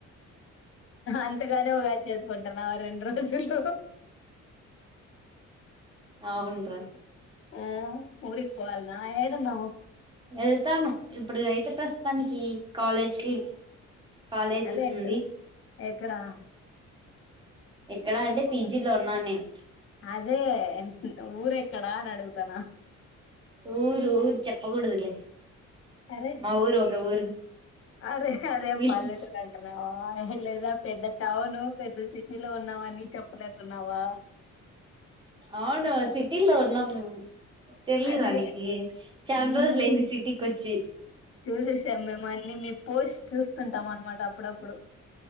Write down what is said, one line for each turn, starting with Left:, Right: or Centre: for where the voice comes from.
Left: అంతేగాని ఉగాది చేసుకో కొంటున్నావా రెండు రోజల్లో
Right: అవునురా
Left: ఆ ఊరికి పోవాల్నా ఏడున్నావ్
Right: వెళ్తాను ఇప్పుడు అయితే ప్రస్తుతానికి కాలేజ్ కి కాలేజ్
Left: అదే
Right: ఉంది
Left: ఎక్కడ ఎక్కడా
Right: ఎక్కడ అండి పి జీలో ఉన్నాను నేను
Left: అదే ఊరు ఎక్కడ అని అడుగుతున్నా
Right: ఊరు ఊరు చెప్పకూడదులే
Left: అరే
Right: మా ఊరు ఒకఓకే ఊరు
Left: అరే అదే ఏమన్నా
Right: వీళ్ళు
Left: పల్లెటూరు అంటున్నావా అదేం లేదు పెద్ద టౌను పెద్ద సిటీ లో ఉన్నావని చెప్పలేకున్నావా
Right: అవును సిటీలో ఉన్నాం మేము తెలియదానికి
Left: అదే
Right: చా లా
Left: మ్మ్
Right: రోజులుయింది సిటీకో చ్చి
Left: చూసేసాం మేము అన్ని మేము పోస్ చూస్తుంటాం అన్నమాట అప్పుడప్పుడు